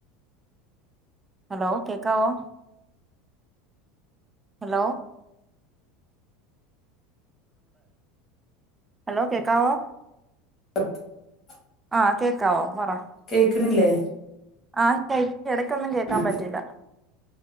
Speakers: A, on the right (about 20°); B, on the left (about 30°).
A: ഹലോ കേക്കാവോ ഹലോ? ഹലോ കേക്കാവോ?
B: അ <unintelligible>
A: ആഹ കേക്കാവോ പറോ
B: കേൾക്കണില്ലേ
A: ആ ച ഇടക്കൊന്നും കേൾക്കാൻ
B: ആ
A: പറ്റില്ല.